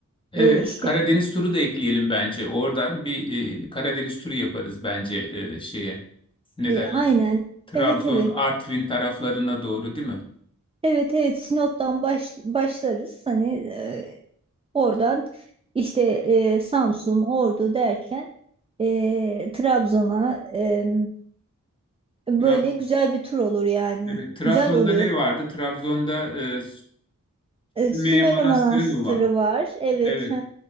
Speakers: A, on the left; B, on the right.
A: Evet,
B: E, işte
A: Karadeniz turu da ekleyelim bence. Oradan bir e, Karadeniz turu yaparız bence e, şeye. Ne
B: e,
A: derler?
B: aynen
A: Trabzon,
B: evet evet
A: Artvin taraflarına doğru değil mi?
B: evet evet Sinop'tan baş, başlarız. Hani e, oradan işte e, Samsun, Ordu derken e, Trabzon'a e, böyle
A: Trab
B: güzel bir tur olur yani.
A: evet, Trabzon'da
B: Güzel oluyor.
A: ne vardı? Trabzon'da e,
B: E,
A: Sümeyye
B: Sümele
A: Manastırı
B: Manastırı
A: mı var?
B: var. Evet.
A: Evet,